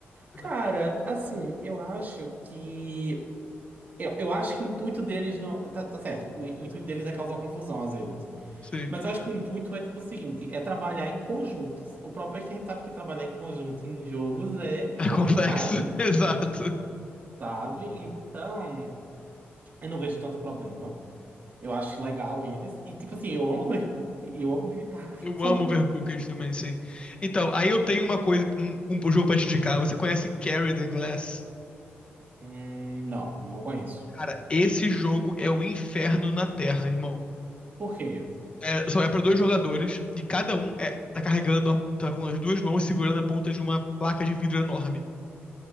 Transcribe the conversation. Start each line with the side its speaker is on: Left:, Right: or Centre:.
Left: entendeu?
Right: Cara, assim, eu acho que. Eu, eu acho que o intuito deles não. Tá, tá certo, o, o intuito deles é causar confusão às vezes.
Left: Sim.
Right: Mas eu acho que o intuito é tipo o seguinte: é trabalhar em conjuntos. O problema é que a gente sabe que trabalhar em conjunto em jogos é
Left: É
Right: é complicado,
Left: complexo, <laughs> exato.
Right: sabe? Então, eu não vejo tanto problema. Eu acho legal eles. E, tipo assim, eu amo ver, eu amo gritar,
Left: Eu
Right: <laughs> sabe?
Left: amo Overcooked também, sim. Então, aí eu tenho uma coisa, um, um jogo pra te indicar. Você conhece Carry the Glass?
Right: Hum, não, não conheço.
Left: Cara, esse jogo é o inferno na Terra, irmão.
Right: Por quê?
Left: É, são- é para dois jogadores e cada um é, tá carregando, a- tá com as duas mãos segurando a ponta de uma placa de vidro enorme.